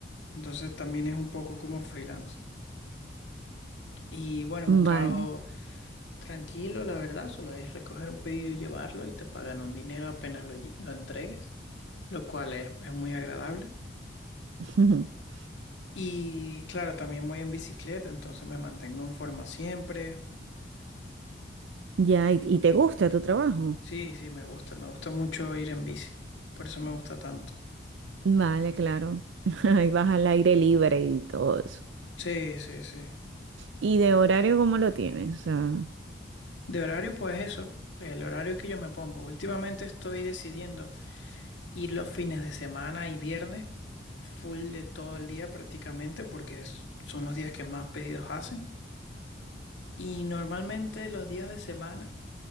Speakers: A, on the left; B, on the right.
A: Entonces también es un poco como freelance. Y bueno, es
B: vale.
A: un trabajo tranquilo, la verdad, solo es recoger un pedido y llevarlo y te pagan un dinero apenas lo, lle- lo entregues, lo cual es, es muy agradable.
B: <laughs>
A: Y claro, también voy en bicicleta, entonces me mantengo en forma siempre.
B: Ya, y y te gusta tu trabajo?
A: Sí, sí, me gusta, me gusta mucho ir en bici, por eso me gusta tanto.
B: Vale, claro. <laughs> Ahí vas al aire libre y todo eso.
A: Sí, sí, sí.
B: ¿Y de horario cómo lo tienes? Ah,
A: De horario, pues eso, el horario que yo me pongo. Últimamente estoy decidiendo ir los fines de semana y viernes, full de todo el día prácticamente, porque es- son los días que más pedidos hacen. Y normalmente los días de semana